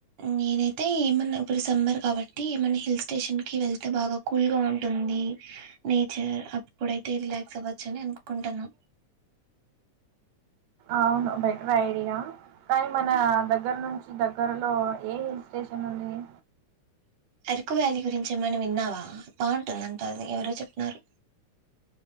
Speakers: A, on the right (about 60°); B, on the right (about 80°).
A: నేనైతే ఏమన్నా ఇప్పుడు సమ్మర్ కాబట్టి ఏమన్నా హిల్ స్టేషన్ కి వెళ్తే బాగా కూల్గా ఉంటుంది నేచర్ అప్పుడైతే రిలాక్స్ అవ్వచ్చు అని అనుకుంటున్నా
B: అవును బెటర్ ఐడియా కానీ మన దగ్గర నుంచి దగ్గరలో ఏమి స్టేషన్లు ఉన్నాయి
A: అరకు వ్యాలీ గురించి ఏమైనా విన్నావా బాగుంటుంద అంట ఎవరో చెప్నారు.